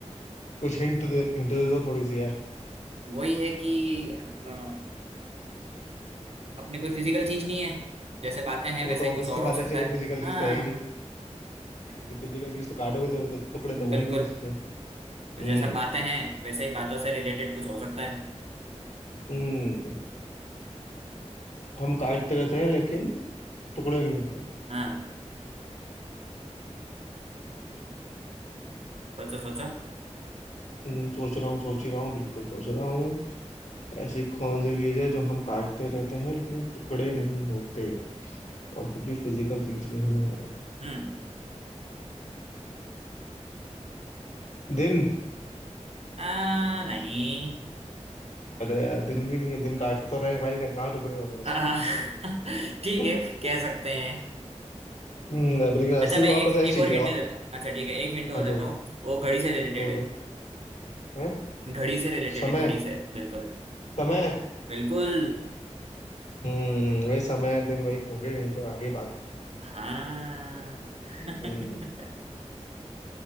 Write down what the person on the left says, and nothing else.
कुछ हिंट दे हिंट दे दो थोड़ी सी यार
वो
तो
ऑब्वियसली
बात
है ऐसे कोई
फिजिकल चीज
तो है ही नहीं तो फिजिकल चीज तो काटोगे तो वो तो टुकड़े तो होंगे
उसके हम्म
हम्म, हम काटते रहते हैं लेकिन टुकड़े नहीं होते
हम्म, सोच रहा हूँ सोच ही रहा हूँ बिल्कुल सोच रहा हूँ ऐसी कौन सी चीज है जो हम काटते रहते हैं लेकिन टुकड़े नहीं होते और कुछ भी फिजिकल चीज नहीं है
दिन
अरे यार, दिन भी नहीं है दिन काट तो रहे हैं भाई ना कहाँ टुकड़े हो रहे हैं उसके
<laughs>
हम्म, अब लेकिन उससे
भी और
पrecise
चाहिए
और
हाँ
दो
दो
दो हैं
समय
समय
हम्म वही समय दिन वही होंगे वहीं पे आगे बात
हम्म